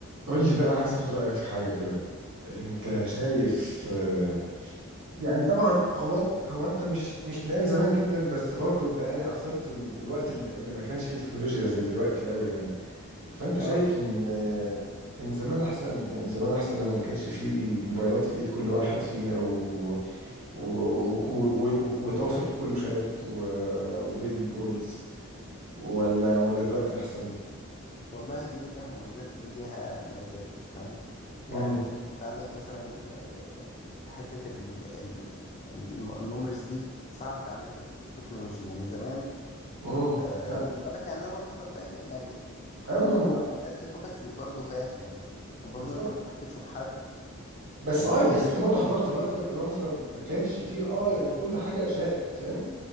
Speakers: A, on the right; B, on the left.
A: قول لي بقى عايز اخد رأيك في حاجة كده انت
B: ايه
A: شايف آه، يعني طبعا هو انت هو انت مش مش من ايام زمان جدا بس برضو انت يعني عاصرت إن الوقت الل- اللي ما كانش فيه تكنولوجيا زي دلوقتي قوي يعني فانت شايف
B: اه
A: ان آه، ان زمان احسن يعني زمان احسن لما ما كانش فيه الموبايلات في ايد كل واحد فينا و... و- و- و- وتواصل كله شات و... وفيديو كولز ولا ولا دلوقتي احسن
B: والله دي ليها مميزات ودي ليها مميزات فاهم يعني
A: امم
B: انت عندك مثلا آه، حتة ال- ال- الم- الميموريز دي صعب تعملها بال- بالتكنولوجيا يعني زمان
A: امم
B: آه،
A: فعلا
B: خد بالك يعني انا برضو حضرت ايام يعني ما حضرتش
A: ايوه ما انا ما
B: من
A: أنا-
B: دايرة الفن بس برضو فاهم يعني كان
A: بالظبط
B: برضو انت لما تحب تشوف حد
A: بس
B: كان
A: اه بس انت برضه حضرت الوقت اللي هو اللي هو مثلا ما كانش فيه اه يعني كل حاجه شات فاهم